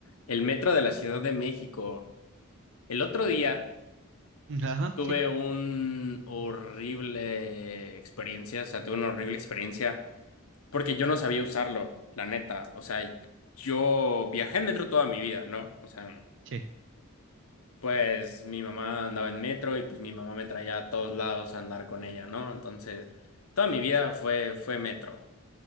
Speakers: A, on the left; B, on the right.
A: El metro de la Ciudad de México. El otro día
B: Ajá,
A: tuve
B: sí,
A: un horrible experiencia, o sea, tuve una horrible experiencia porque yo no sabía usarlo, la neta. O sea, yo viajé en metro toda mi vida, ¿no? O sea,
B: sí,
A: pues mi mamá andaba en metro y pues mi mamá me traía a todos lados a andar con ella, ¿no? Entonces, toda mi vida fue, fue metro,